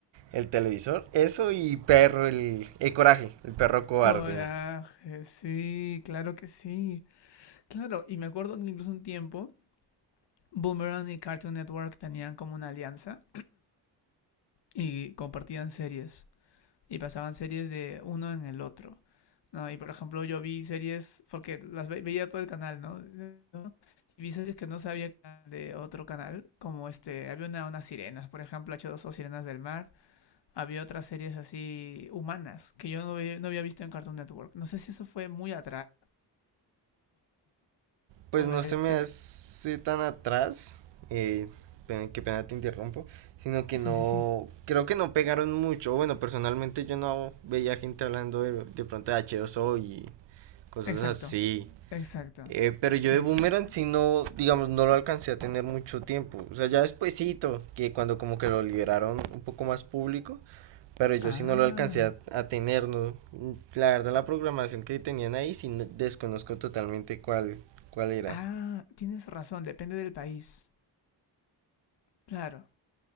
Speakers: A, on the right; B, on the left.
A: el televisor, eso y perro, el, el coraje, el perro cobarde.
B: Coraje, sí, claro que sí. Claro, y me acuerdo que incluso un tiempo Boomerang y Cartoon Network tenían como una alianza y compartían series y pasaban series de uno en el otro. ¿no? Y por ejemplo, yo vi series, porque las ve- veía todo el canal, ¿no? ¿No? Y vi series que no sabía que eran de otro canal, como este, había una, unas sirenas, por ejemplo, h dos o Sirenas del Mar, había otras series así humanas que yo no, ve- no había visto en Cartoon Network. No sé si eso fue muy atrás.
A: pues
B: <laughs>
A: no se
B: este...
A: me hace tan atrás, eh, pena- qué pena te interrumpo, sino que no,
B: Sí, sí, sí.
A: creo que no pegaron mucho, bueno, personalmente yo no veía gente hablando de, de pronto de H2O y cosas
B: Exacto.
A: así,
B: Exacto.
A: eh, pero
B: Sí,
A: yo de Boomerang
B: sí, sí.
A: sí no, digamos, no lo alcancé a tener mucho tiempo, o sea, ya despuesito, que cuando como que lo liberaron un poco más público, pero yo
B: Ah.
A: sí no lo alcancé a, a tener, ¿no? La verdad la programación que tenían ahí sí no- desconozco totalmente cuál, cuál era.
B: Ah, tienes razón, depende del país. Claro.